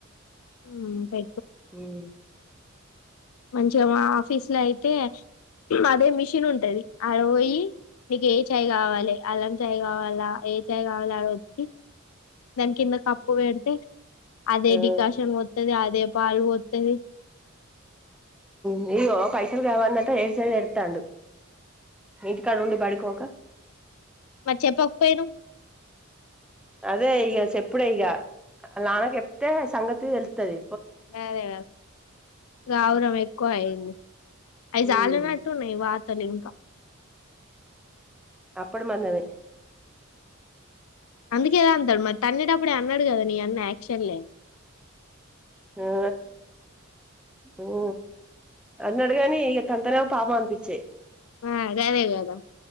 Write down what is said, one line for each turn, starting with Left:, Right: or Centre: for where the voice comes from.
Left: ఉమ్ పే
Centre: ఉమ్
Left: మంచిగ మా ఆఫీస్లో అయితే అదే మిషన్ చిన్ ఉంటది ఆ రయి నీకు ఏ చాయ్ కావాలి అల్లం చాయ్ గా అళ్ళ ఏ జైయి్ కావాలి వా వద్ దాని కింద కప్పు పెడితే అదే
Centre: ఆ
Left: డికాషన్ పోతది అదే పాలు పోతది
Centre: నీయో పైసలు కావన్నంత ఏడు సై ఎతాండు నీటి కాడ ఉండి పడికోక
Left: మరి చెప్పకపోయాను
Centre: అదే ఇక చెప్పుడే ఇక నా నాకెప్తే సంగతి వెళ్తుది
Left: అదే గౌరం ఎక్కువ అయింది అవి
Centre: ఉమ్
Left: చాలినట్టున్నాయి వాత తెలంక
Centre: అప్పుడు మాందదే
Left: అందుకే గ అంటాడు మరి తన్నే తప్పుడే ఆనడు గా మీ అన్న అక్చుఅల్లీ
Centre: ఆ ఉ అన్నాడుగాని ఇక తంతేనేమో పాపమనిపిచ్చే
Left: ఆ గదే కదా